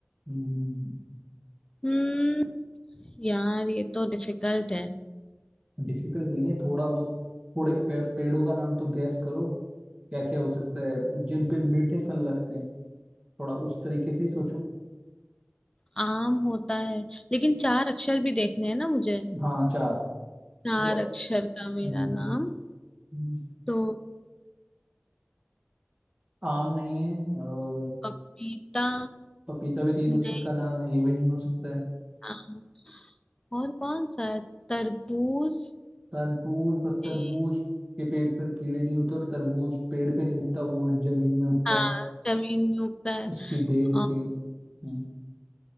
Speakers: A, on the right; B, on the left.
A: हैं
B: हम्म यार ये तो डिफिकल्ट है
A: डिफिकल्ट नहीं है थोड़ा बहुत थोड़े पे, पेड़ों का नाम तो गैस करो क्या क्या हो सकता है जिन पे मीठे फल लगते हैं थोड़ा उस तरीके से ही सोचो
B: आम होता है लेकिन चार अक्षर भी देखने हैं ना मुझे
A: हाँ चार
B: चार
A: तो
B: अक्षर का मेरा
A: हम्म,
B: नाम
A: हम्म,
B: तो
A: आम नहीं है और
B: पपीता
A: पपीता भी तीन
B: नहीं
A: अक्षर का नाम है ये भी नहीं हो सकता है
B: आम और कौन सा है तरबूज
A: तरबूज बस
B: नहीं
A: तरबूज के पेड़ पर कीड़े नहीं होते और तरबूज पेड़ पे नहीं उगता वो जमीन में उगता
B: हाँ
A: है
B: जमीन में उगता है
A: उसकी बेल होती
B: अ-
A: है हम्म,